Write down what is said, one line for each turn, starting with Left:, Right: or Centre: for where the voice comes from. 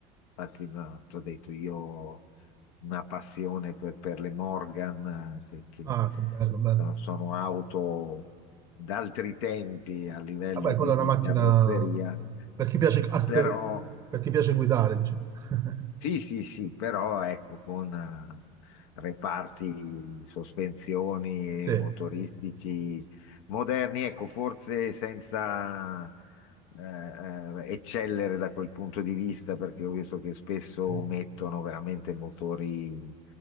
Left: infatti, no, ti ho detto io ho una passione per, per le Morgan, eh, che, che
Right: Ah, che bello, bello.
Left: sono sono auto d'altri tempi a livello
Right: Vabbè,
Left: di,
Right: quella è una
Left: di
Right: macchina
Left: carrozzeria,
Right: per chi piace, ah,
Left: però
Right: per, per chi piace guidare, diciamo. <laughs>
Left: sì, sì, sì, però ecco, con eh, reparti, sospensioni
Right: Sì,
Left: e motoristici moderni, ecco, forse senza eh, eh, eccellere da quel punto di vista, perché ho visto che spesso
Right: sì,
Left: mettono veramente motori